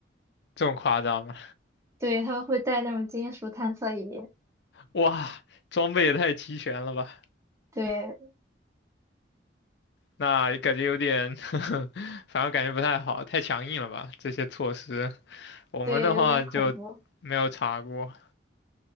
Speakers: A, on the left; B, on the right.
A: 这么夸张吗？
B: 对，他们会带那种金属探测仪，
A: 哇，装备也太齐全了吧？
B: 对
A: 那感觉有点 <laughs> 反而感觉不太好，太强硬了吧？这些措施。我们的话就没有查过，
B: 对，有点恐怖